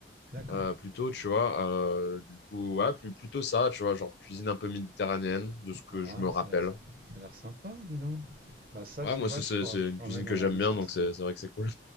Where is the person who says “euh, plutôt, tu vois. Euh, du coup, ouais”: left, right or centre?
Left